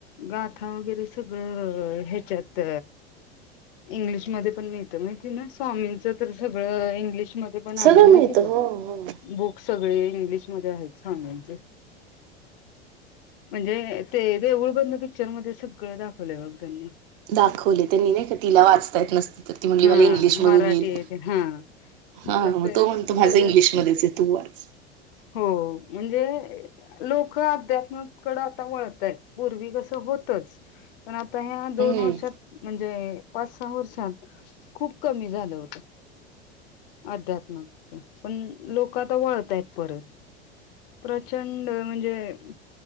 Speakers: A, on the left; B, on the right.
A: गाथा वगैरे सगळं ह्याच्यात इंग्लिशमध्ये पण मिळत माहितीये ना?. स्वामींच तर सगळं इंग्लिशमध्ये पण
B: सगळं
A: आहे माहिती
B: मिळतं
A: का
B: हो हो.
A: बुक? सगळे इंग्लिशमध्ये आहेत स्वामींचे. म्हणजे ते देऊळ बंद पिक्चरमध्ये सगळं दाखवलंय बघ त्यांनी.
B: दाखवले त्यांनी नाही का तिला वाचता येत नसतं, तर ती म्हणली
A: हा
B: मला इंग्लिश मधून
A: मराठी
B: येईल,
A: येते हा
B: हा
A: तर
B: मग
A: ते
B: तो म्हणतो
A: त्याच्यात
B: माझं इंग्लिशमध्येच ये., तू वाच.
A: हो म्हणजे लोकं अध्यात्मातकडं आता वळतायत पूर्वी कसं होतंच, पण आता ह्या दोन
B: हम्म
A: वर्षात म्हणजे पाच सहा वर्षात खूप कमी झालं होतं. अध्यात्माचं पण लोकं आता वळतायत. परत प्रचंड म्हणजे